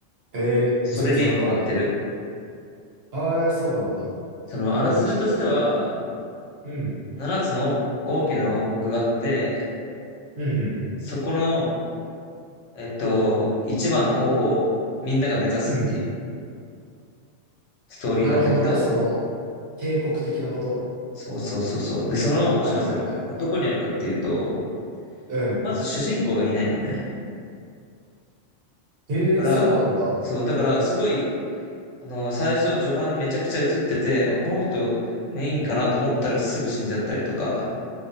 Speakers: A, on the right (about 55°); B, on the left (about 75°).
A: えー、
B: それに今ハマってる。
A: 全然わかんない。あえそうなんだ。
B: その、あらすじとしては、
A: うん。
B: 7つの大きな王国があって、
A: うんうん。
B: そこの、えっと、一番の王をみんなが目指すっていう
A: うん。
B: ストーリーなんだけど、
A: なるほどね。その、帝国的なこと
B: そうそうそうそう。で、その面白さ、
A: はいはいはい。
B: どこにあるかっていうと、
A: うん。
B: まず主人公がいないのね。
A: えー、
B: だから、
A: そうなんだ。
B: そう、だから、すごい、あの、最初、序盤めちゃくちゃ映ってて、あ、この人、
A: うんうん。
B: メインかなと思ったらすぐ死んじゃったりとか、